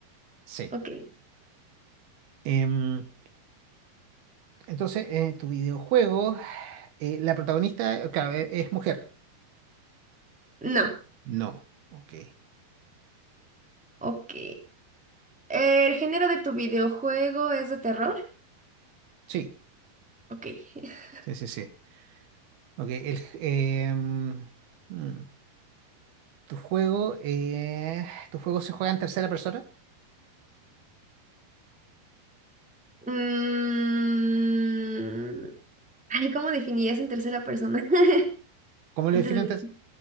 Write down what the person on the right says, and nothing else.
Sí.
Em, entonces, eh, tu videojuego, eh, la protagonista, claro, e- es mujer.
No. Ok.
Sí,
sí, sí, sí. Ok, el, em, mm, tu juego, eh, tu juego se juega en tercera persona.
¿Cómo lo
definen?
En ter-